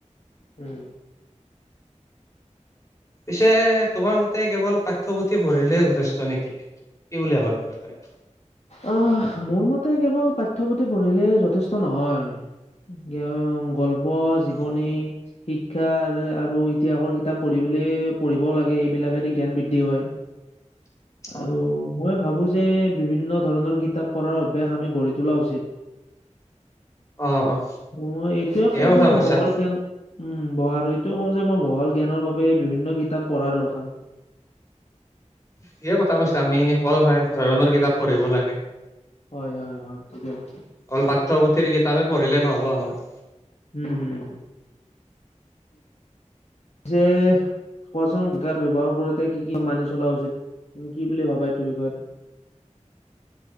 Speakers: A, on the left (about 55°); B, on the left (about 25°).
A: উম।
B: পিছে তোমাৰ মতে কেৱল পাঠ্যপুথি পঢ়িলে যথেষ্ট নেকি, কি বুলি ভাবা? তই?
A: আহ, মোৰ মতে কেৱল পাঠ্যপুথি পঢ়িলে যথেষ্ট নহয়। গল্প, জীৱনী
B: অ',
A: শিক্ষাৰ আৰু ইতিহাসৰ কিতাপ পঢ়িবলে পঢ়িবও লাগে, এইবিলাকেদি জ্ঞান বৃদ্ধি হয়।
B: <inaudible>
A: আৰু মই ভাবোঁ যে বিভিন্ন ধৰণৰ কিতাপ পঢ়াৰ অভ্যাস আমি গঢ়ি তোলা উচিত।
B: অ', অ',
A: মই এইটোয়ে কওঁ
B: ধেৰ কথা
A: যে
B: কৈছা।
A: বহল জ্ঞান উম, বহাৰো আৰু এইটোয়ে কওঁ যে মই বহল জ্ঞানৰ বাবে বিভিন্ন কিতাপ পঢ়া দৰকাৰ।
B: ঠিকে কথা কৈছা, আমি সকলো ঠাই সচৰণৰ কিতাপ পঢ়িব লাগে।
A: হয়, হয়, হয়, ঠিকে কৈছে।
B: অল পাঠ্যপুথিৰ কিতাপে পঢ়িলে নহ'ব আমাৰ।
A: হুম, হুম, হু। পিছে কোৱাচোন কাৰ ব্যৱহাৰ কৰোঁতে কি কি মানি চলা উচিত, তুমি কি বুলি ভাবা এইটো বিষয়ত?